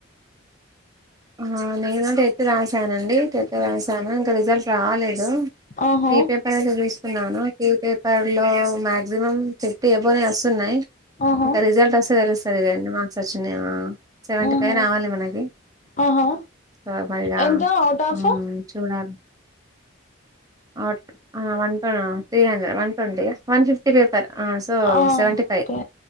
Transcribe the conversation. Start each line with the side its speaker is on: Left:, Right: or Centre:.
Right: ఆ నేను టెన్త్ రాసానండి టెన్త్ రాసాను ఇంకా రిజల్ట్ రాలేదు
Left: ఆహా
Right: ఏ పేపర్ చదివిస్తున్నాను ఎ పేపర్లో మాక్సిమమ్ ఫిఫ్టీ ఎబౌనే వస్తున్నాయి
Left: ఆహా
Right: ఇంకా రిజల్ట్ వస్తే తెలుస్ ఆ రోజు ఎన్ని మార్క్స్ వచ్చినయా సెవెంటీ
Left: ఆహా
Right: ఫైఫ్ రావాలి మనకి
Left: ఆహా
Right: రాఫైడా
Left: ఎంత అవుట్ ఆఫ్
Right: మ్మ్ చూడాలి ఆ ఆ వన్ టెన్ ఆ three hundred one ట్వంటీఆ one fifty paper so
Left: ఆ
Right: సెవెంటీ ఫైవ్
Left: ఓకే